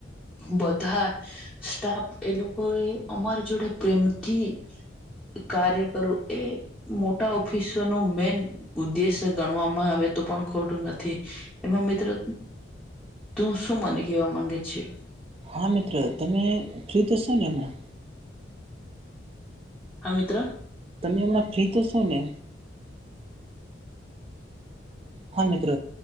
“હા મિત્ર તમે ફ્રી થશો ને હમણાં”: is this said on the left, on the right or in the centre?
Right